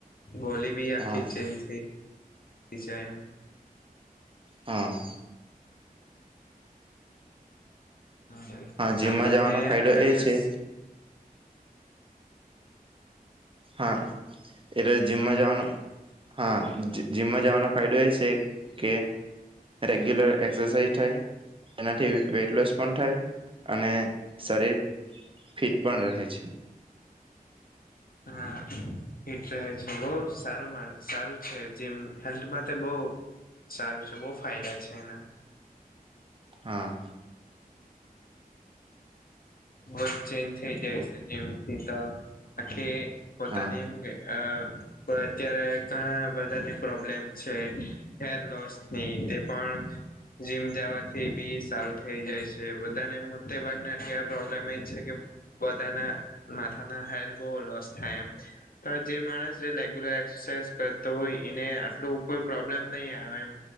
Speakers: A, on the left (about 70°); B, on the right (about 35°).
A: બોલી બી આખી
B: હા
A: ચેન્જ થઈ થઈ જાય
B: હા.
A: હા
B: જીમમાં
A: તમને
B: જવાનો ફાયદો
A: આટલા
B: એ
A: દિવસ
B: છે હા. એટલે જીમમાં જવાનું હા જીમમાં જવાનો ફાયદો એ છે કે રેગ્યુલર એક્સરસાઈઝ થાય તેનાથી વેઇટ લોસ પણ થાય અને શરીર ફિટ પણ રહે છે. <inaudible>
A: હા ફિટ રહે છે બહું સારો માં સારું છે જીમ હેલ્થમાં તો બહું સારું છે બહુ ફાયદા છે એના
B: હા.
A: બહું જ ચેન્જ થઈ જાય છે જીમથી તો આખી પોતાની
B: હા
A: સુ કે પણ અત્યારે ઘણા બધાની પ્રોબ્લેમ છે. હેર લોસ ની તે પણ જીમ જવાથી બી સારું થઈ જાય છે બધાને એમાં મોટે ભાગ ને ત્યાં પ્રોબ્લેમ એ જ છે કે બધાંના માથાના હેર બહું લોસ થાય એમ છે. પણ જે માણસ જે રેગ્યુલર એક્સરસાઇઝ કરતો હોય એને આટલું કોઈ પ્રોબ્લેમ નહીં આવે એમ